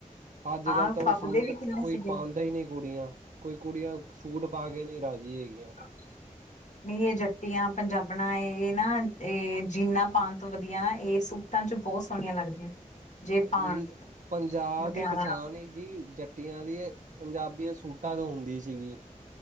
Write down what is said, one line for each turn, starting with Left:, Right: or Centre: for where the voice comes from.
Right: ਅੱਜ
Left: ਹਾਂ
Right: ਕੱਲ੍ਹ ਤਾਂ ਉਹ
Left: ਫੱਬਦੇ
Right: ਸੂਟ
Left: ਵੀ ਕਿੰਨੇ
Right: ਕੋਈ
Left: ਸੀਗੇ
Right: ਪਾਉਂਦਾ ਹੀ ਨਹੀਂ ਕੁੜੀਆਂ। ਕੋਈ ਕੁੜੀਆਂ ਸੂਟ ਪਾ ਕੇ ਨਹੀਂ ਰਾਜੀ ਹੈਗੀਆਂ।
Left: <unintelligible> ਨਹੀਂ ਇਹ ਜੱਟੀਆਂ ਪੰਜਾਬਣਾ, ਇਹ ਨਾ ਇਹ ਜੀਨਾ ਪਾਉਣ ਤੋਂ ਵਧੀਆ ਨਾ ਇਹ ਸੂਟ ਟਾਂ ਚ ਬਹੁਤ ਸੋਹਣੀਆਂ ਲੱਗਦੀਆਂ ਜੇ
Right: ਇਹ
Left: ਪਾਉਣ
Right: ਪੰਜਾਬ
Left: ਮੁਟਿਆਰਾਂ
Right: ਦੀ ਪਛਾਣ ਏ ਜੀ, ਜੱਟੀਆਂ ਦੀ ਏ ਪੰਜਾਬੀਆਂ ਸੂਟਾਂ ਤੋਂ ਹੁੰਦੀ ਸੀਗੀ